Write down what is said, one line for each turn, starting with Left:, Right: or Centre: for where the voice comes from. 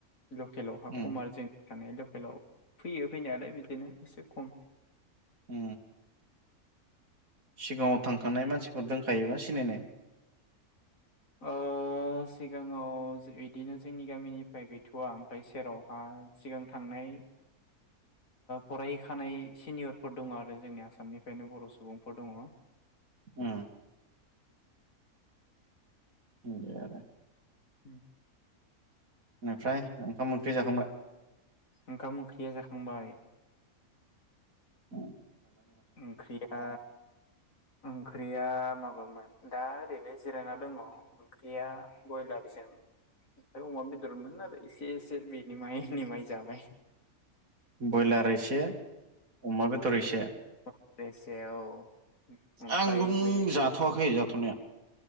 Left: लकेलावहा
Right: उम
Left: खम आरो जों थानाय लकेलाव फैयो फैनायालाय बिदिनो एसे खम
Right: उ सिगाङाव थांखानाय मानसिफोर दोनखायोबा सिनायनाय?
Left: ओ सिगाङाव बिदिनो जोंनि गामिनिफ्राय गैथवा ओमफ्राय सेरावहा सिगां थांनाय फरायहैखानाय सिनियरफोर दङ आरो जोंनि आसामनिफ्रायनो बर सुबुंफोर दङ।
Right: उ <unintelligible> आरो
Left: उ
Right: बेनिफ्राय ओंखाम ओंख्रि जाखांबाय?
Left: ओंखाम ओंख्रिया जाखांबाय
Right: उ
Left: ओंख्रिया ओंख्रिया माबामोन दा ओरैनो जिरायना दङ ओंख्रिया बयलारजों ओमफ्राय अमा बेदरमोन आरो एसे एसे बेनि <unintelligible> जाबाय
Right: बयलार इसे अमा बेदर एसे
Left: हरदों एसे औ ओमफ्राय
Right: आं बुं
Left: बे
Right: जाथ'वाखै जाथ'नाया